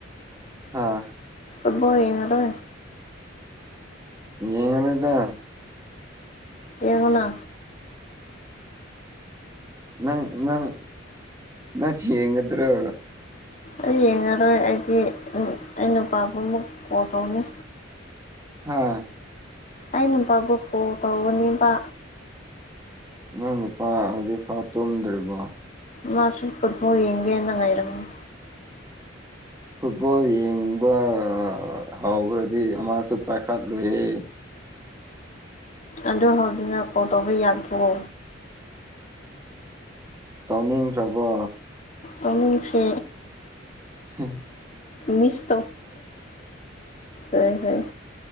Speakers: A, on the right; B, on the left.
A: ꯑ
B: ꯑꯕꯣꯉꯔꯦ
A: ꯌꯦꯡꯔꯗ
B: ꯌꯦꯉꯅ
A: ꯅꯪ ꯅꯪ ꯅꯪ ꯌꯦꯦꯟꯒꯗ꯭ꯔꯣ
B: ꯑꯩ ꯌꯦꯡꯉꯔꯣꯏ ꯑꯩꯗꯤ ꯑꯩ ꯅꯨꯄꯥꯕꯨꯃꯨꯛ ꯀꯣꯜ ꯇꯧꯅꯤ
A: ꯍꯥ
B: ꯑ ꯅꯨꯄꯥꯕꯨ ꯀꯣꯜ ꯇꯧꯒꯅꯤꯕ
A: ꯅꯪ ꯅꯨꯄꯥ ꯍꯧꯖꯤꯛꯐꯥꯎ ꯇꯨꯝꯗ꯭ꯔꯤꯕꯣ
B: ꯃꯥꯁꯦꯜ ꯐꯨꯠꯕꯣꯜ ꯌꯦꯡꯦꯅ ꯉꯥꯏꯔꯝꯅꯤ
A: ꯐꯨꯠꯕꯣꯜ ꯌꯦꯡꯕ ꯍꯧꯈ꯭ꯔꯗꯤ ꯃꯥꯁꯨ ꯄꯥꯏꯈꯠꯂꯨꯏꯦ
B: ꯑꯗꯨ ꯍꯧꯖꯤꯛꯅ ꯀꯣꯜ ꯇꯧꯕ ꯌꯥꯗ꯭ꯔꯣ
A: ꯇꯧꯅꯤꯡꯈ꯭ꯔꯕꯣ
B: ꯑꯣꯃꯤꯁꯤ
A: ꯍ
B: ꯃꯤꯁ ꯇ ꯍ ꯍꯣꯏ